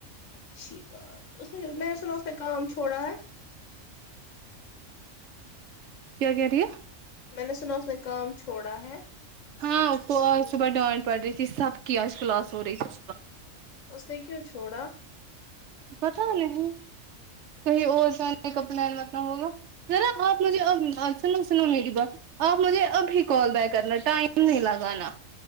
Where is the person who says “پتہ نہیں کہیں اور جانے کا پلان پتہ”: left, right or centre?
Right